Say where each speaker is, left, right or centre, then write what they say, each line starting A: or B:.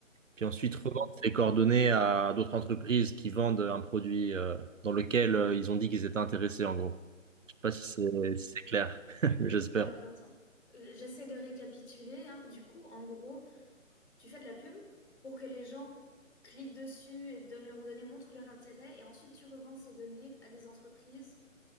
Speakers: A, on the right; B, on the left.
A: puis ensuite
B: Mmh.
A: revendre ces coordonnées à d'autres entreprises qui vendent un produit euh, dans lequel euh, ils ont dit qu'ils étaient intéressés en gros. Je sais pas si c'est
B: Mmh.
A: si c'est clair, <laughs> mais j'espère.
B: Alors attends, heu, j'essaie de récapituler, hein. Du coup, en gros, tu fais de la pub pour que les gens cliquent dessus et donnent leurs données, montrent leur intérêt et ensuite tu revends ces données à des entreprises